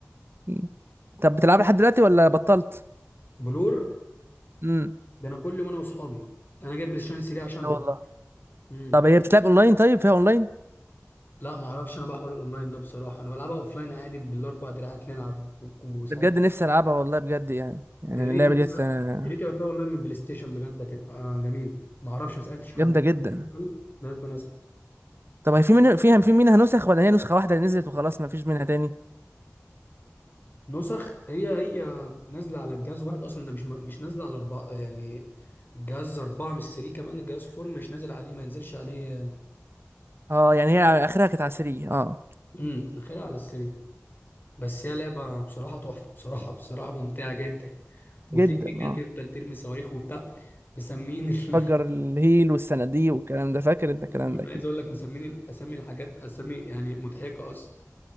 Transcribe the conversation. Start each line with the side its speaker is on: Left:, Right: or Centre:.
Right: مم. طب بتلعب لحد دلوقتي ولا بطلت
Left: بلور
Right: امم
Left: ده انا كل يوم انا واصحابي انا جايب بلاي ستيشن 3 عشانها
Right: لا والله
Left: اصلا
Right: طب هي بتتلعب اونلاين طيب فيها اونلاين
Left: لا ما اعرفش انا بقى حوار الاونلاين ده بصراحه انا بلعبها اوفلاين عادي بالاربع دراعات نلعب و- وساعات
Right: ده بجد نفسي العبها والله بجد يعني يعني
Left: يا ريت
Right: اللعبه
Left: يبقى
Right: ديت
Left: فيها
Right: آه،
Left: يا ريت يبقى فيها اونلاين من بلاي ستيشن بجد هتبقى جميله ما اعرفش ما سالتش حد
Right: جامده جدا
Left: لازم انا اسال
Right: طب هي في من فيها في منها نسخ ولا هي نسخه واحده اللي نزلت وخلاص ما فيش منها تاني
Left: نسخ هي هي نازله على الجهاز واحد اصلا ده مش مش نازله على اربعه يعني الجهاز اربعه مش 3 كمان الجهاز فور مش نازل عليه ما ينزلش عليه
Right: اه يعني هي اخرها كانت عسرية اه
Left: امم اخرها على السري بس هي لعبه بصراحه تحفه بصراحه بصراحه ممتعه جدا وتجري
Right: جدا
Left: كده
Right: اه
Left: تفضل ترمي صواريخ وبتاع مسمين <laughs>
Right: فجر الهيل والصناديق والكلام ده فاكر انت
Left: انا
Right: الكلام ده اكيد
Left: عايز اقول لك مسمين الاسامي الحاجات اسامي يعني مضحكه اصلا